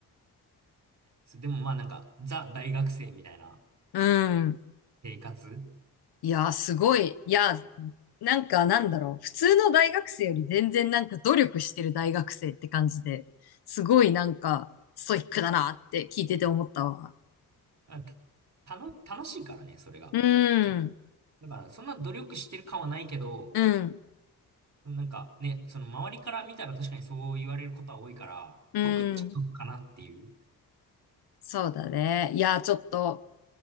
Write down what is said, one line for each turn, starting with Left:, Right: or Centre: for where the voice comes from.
Right: そでもまあなんかザ大学生みたいな
Left: うん。
Right: 生活、
Left: いやー、すごい。いやー、なんかなんだろう。普通の大学生より全然なんか努力してる大学生って感じで、すごいなんかストイックだなって聞いてて思ったわ。
Right: あた楽しいからね、それが。
Left: うん、
Right: けだからそんな努力してる感はないけど、
Left: うん、
Right: なんかね、その周りから見たら確かにそう言われることは多いから、
Left: うん。
Right: 得っちゃ得かなっていう。
Left: そうだね。いやー、ちょっと